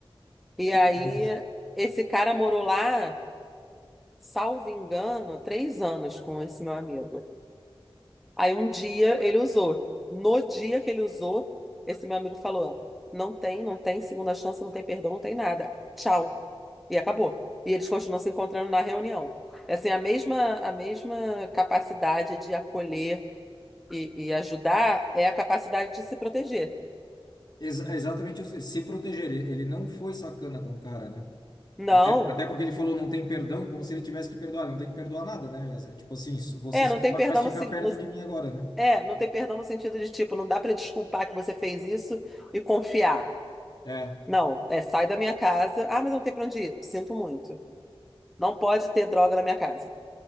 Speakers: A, in the centre; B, on the left (about 45°).
A: E aí,
B: Conversa.
A: esse cara morou lá, salvo engano, três anos com esse meu amigo. Aí um dia ele usou. No dia que ele usou, esse meu amigo falou: Não tem, não tem segunda chance, não tem perdão, não tem nada. Tchau. E acabou. E eles continuam se encontrando na reunião. É Assim, a mesma, a mesma capacidade de acolher e, e ajudar é a capacidade de se proteger.
B: Ex- é exatamente isso. Se proteger. Ele, ele não foi sacana com o cara, né?
A: Não.
B: Até, até porque ele falou não tem perdão, como se ele tivesse que perdoar. Não tem que perdoar nada, né? Tipo assim, isso- você
A: É,
B: só
A: não
B: não
A: tem
B: pode
A: perdão
B: mais ficar
A: no, sen-
B: perto
A: no-
B: de mim agora, né?
A: é, não tem perdão no sentido de tipo, não dá para desculpar que você fez isso e confiar.
B: É.
A: Não, é sai da minha casa. Ah, mas eu não tem para onde ir. Sinto muito. Não pode ter droga na minha casa,